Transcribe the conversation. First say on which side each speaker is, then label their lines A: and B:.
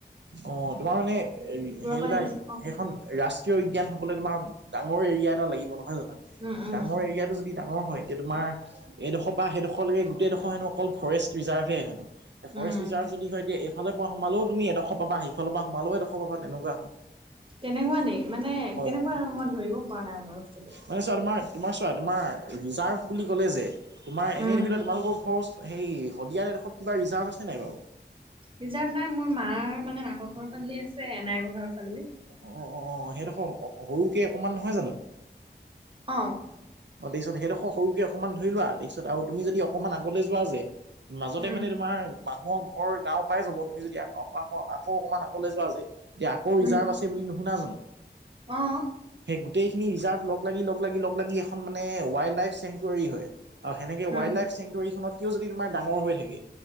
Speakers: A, on the right (about 80°); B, on the right (about 30°).
A: অ', তোমাৰ মানে এই সেইবিলাক
B: পৰা দেখিছো অ
A: সেইখন ৰাচ ৰাষ্ট্ৰীয় উদ্যান হ'বলে তোমাৰ ডাঙৰ এৰিয়া এটা লাগিব নহয় জানো,
B: উম উম
A: ডাঙৰ এৰিয়াটো যদি ডাঙৰ হয় এতিয়া তোমাৰ এডোখৰ পৰা সেইডোখৰলৈকে গোটেইডোখৰ হেনো অকল ফৰেষ্ট ৰিজাৰ্ভে হেনো। ফৰেষ্ট
B: উম
A: ৰিজাৰ্ভ যদি হয় তে এতিয়া এইফালৰ পৰা সোমালো তুমি এডোখৰ পাব সেইফালৰ পৰা সোমালও এডোখৰ পাবা তেনেকুৱা হয়।
B: তেনেকুৱা নি মানে
A: হয়
B: কেনেকুৱা
A: হয়
B: মই ধৰিব পৰা নাই মানে বস্তুটো।
A: মানে চোৱা তোমাৰ তোমাৰ চোৱা তোমাৰ ৰিজাৰ্ভ বুলি ক'লে যে, তোমাৰ এনে
B: উম
A: ধৰি লোৱা তোমালোকৰ ঘৰ সেই শদিয়াৰ এডোখৰত কিবা ৰিজাৰ্ভ আছে নাই বাৰু।
B: ৰিজাৰ্ভ নাই মোৰ মাৰ মানে মাকৰ ঘৰৰ ফালেদি আছে এনাইকৰ ঘৰৰ ফালদি।
A: অ অ সেইডোখৰ সৰুকে অকণমান নহয় জানো
B: অ
A: অ দেখিছ সেইদখ সৰুকে অকণমান ধৰি লোৱা দেখিছ আৰু তুমি যদি অকণমান আগলৈ যোৱা যে মাজতে
B: উম
A: মানে তোমাৰ মানুহৰ ঘৰ গাওঁ পাই যাব তুমি যদি আ আকৌ অকণমান আগলৈ যোৱা যে এতিয়া আকৌ ৰিজাৰ্ভ
B: উম
A: আছে বুলি নোশুনা জানোঁ
B: অ
A: গোটেই খিনি ৰিজাৰ্ভ লগ লাগি লগ লাগি লগ লাগি এখন মানে ৱাইল্ড লাইফ চেংটুৱাৰী হয় আৰু সেনেকে
B: উম
A: ৱাইল্ড লাইফ চেংটুৰীখনত কেও যদি তোমাৰ ডাঙৰ হৈ থাকে